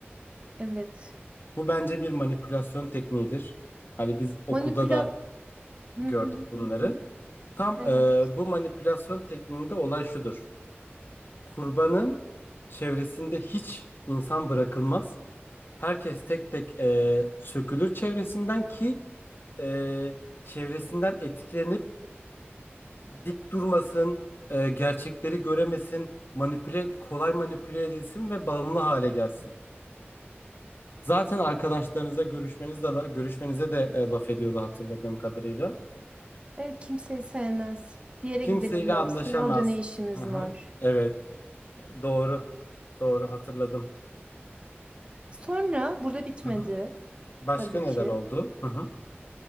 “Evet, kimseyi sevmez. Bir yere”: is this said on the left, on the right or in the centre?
Right